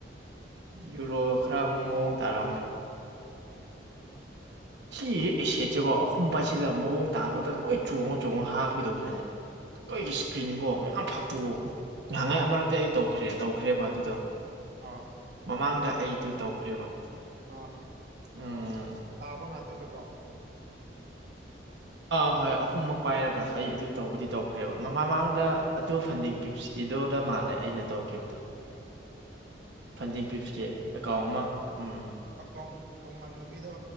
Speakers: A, on the right; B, on the right.
A: ꯌꯨꯔꯣ ꯈꯔ ꯑꯃꯨ ꯃꯑꯣꯡ ꯇꯥꯔꯛꯑꯝꯃꯦ ꯁꯤꯁꯦ ꯑꯦꯁꯦꯠꯁꯤꯦꯀꯣ ꯑꯍꯨꯝ ꯄꯥꯏꯁꯤꯜꯂꯒ ꯃꯑꯣꯡ ꯇꯥꯕꯗꯪ ꯂꯣꯏ ꯆꯣꯡꯉ ꯆꯣꯡꯉ ꯍꯥꯞꯀꯗꯧꯕꯖꯥꯠꯅꯤ ꯅꯣꯏꯒꯤ ꯏꯁꯀ꯭ꯔꯤꯟꯒꯣ ꯃꯌꯥꯝ ꯐꯛꯇꯣꯛꯑꯒ ꯅꯥꯏꯍꯥꯟꯍꯩ ꯑꯃꯔꯛꯇꯤ ꯑꯩ ꯇꯧ ꯇꯧꯈ꯭ꯔꯦꯕ ꯑꯗꯨꯗꯣ꯫
B: ꯑꯥ
A: ꯃꯃꯥꯡꯗ ꯑꯩ ꯑꯗꯨ ꯇꯧꯈ꯭ꯔꯦꯕ
B: ꯑ
A: ꯎꯝ
B: ꯇꯥꯕ ꯇꯗꯀꯣ
A: ꯑꯥ ꯍꯣꯏ ꯑꯍꯨꯝꯃꯛ ꯄꯥꯏꯔꯒ ꯑꯩ ꯑꯗꯨ ꯇꯧꯕꯗꯤ ꯇꯧꯈ꯭ꯔꯦꯕ ꯃꯃꯥꯡꯗ ꯑꯗꯨ <unintelligible> <unintelligible> ꯃꯥꯜꯂꯦ ꯑꯩꯅ ꯇꯧꯈꯤꯕꯗꯣ <unintelligible> <unintelligible> ꯑꯦꯀꯥꯎꯟ ꯑꯃ ꯎꯝ
B: ꯑꯀꯥꯎꯟ ꯇꯣꯉꯥꯟꯅꯕꯤꯗ